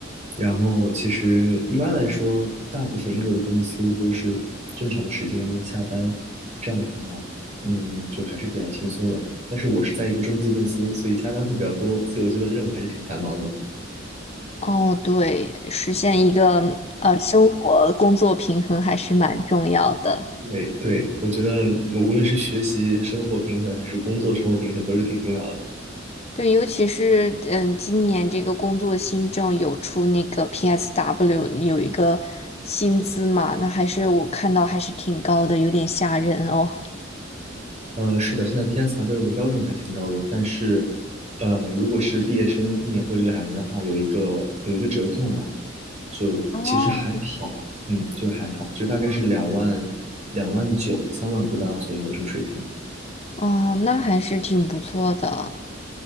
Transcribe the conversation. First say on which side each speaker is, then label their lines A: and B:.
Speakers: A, on the right (about 35°); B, on the left (about 35°).
A: 然后其实一般来说，大部分英国的公司都是正常的时间下班，这样的话，嗯，就还是比较轻松的。但是我是在一个中资公司，所以加班会比较多，所以我觉得任务还是挺繁忙的。
B: 哦，对，实现一个呃生活工作平衡还是蛮重要的。
A: 对对，我觉得无论是学习生活平衡，还是工作生活平衡，都是挺重要的。
B: 对，尤其是嗯，今年这个工作新政有出那个 PSW 有一个薪资嘛，那还是我看到还是挺高的，有点吓人哦。
A: 呃，是的，现在 PSW 的标准还挺高的，但是，呃，如果是毕业生一年或者两年的话，有一个有一个折扣嘛，就其实还好，
B: 哦，
A: 嗯，就是还好，就大概是两万两万九三万不到左右这个水平。
B: 哦，那还是挺不错的。